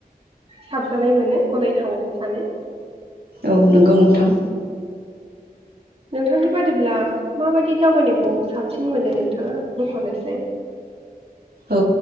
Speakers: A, on the right; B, on the right.
A: साबजानाय मोनो गनायथाव सानो।
B: औ नंगौ नोंथां
A: नोंथांनि बादिब्ला माबायदि दावबायनायखौ साबसिन मोनो नोंथाङा बुंहरनाय साय
B: औ